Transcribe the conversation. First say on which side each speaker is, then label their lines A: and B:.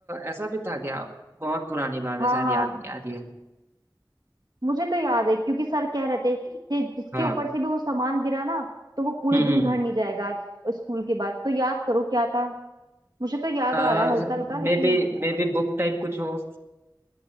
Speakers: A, on the right; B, on the right.
A: ऐसा भी था क्या बहुत पुरानी बात
B: हाँ
A: है शायद
B: हाँ
A: याद नहीं आ रही है
B: मुझे तो याद है क्योंकि सर कह रहे थे कि जिसके
A: हाँ
B: ऊपर से भी वो सामान गिरा ना तो वो पूरे
A: हम्म
B: दिन घर नहीं जाएगा आज स्कूल के बाद तो याद करो क्या था मुझे तो याद
A: हम्म
B: आ रहा है हल्का हल्का लेकिन
A: मे बी मे बी बुक टाइप कुछ हो